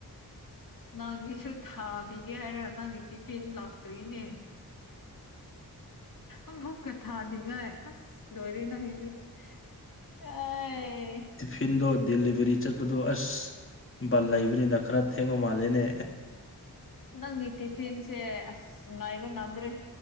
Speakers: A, on the left (about 60°); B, on the left (about 35°).
A: ꯅꯪꯒꯤꯁꯨ ꯊꯥꯕꯤꯒꯦ ꯍꯥꯏꯔ ꯅꯪꯒꯤ ꯇꯤꯐꯤꯟ ꯂꯥꯛꯇ꯭ꯔꯤꯅꯦ ꯑꯃꯨꯛꯀ ꯊꯥꯗꯤꯉꯥꯏ ꯑꯁ ꯂꯣꯏꯔꯦ ꯅꯪꯁꯤꯁꯨ <unintelligible>
B: ꯇꯤꯐꯤꯟꯗꯣ ꯗꯦꯂꯤꯚꯔꯤ ꯆꯠꯄꯗꯣ ꯑꯁ ꯕꯥꯜ ꯂꯩꯕꯅꯤꯅ ꯈꯔ ꯊꯦꯡꯕ ꯃꯥꯜꯂꯦꯅꯦ
A: ꯅꯪꯒꯤ ꯇꯤꯐꯤꯟꯁꯦ ꯑꯁ ꯉꯥꯏꯕ ꯉꯝꯗ꯭ꯔꯦ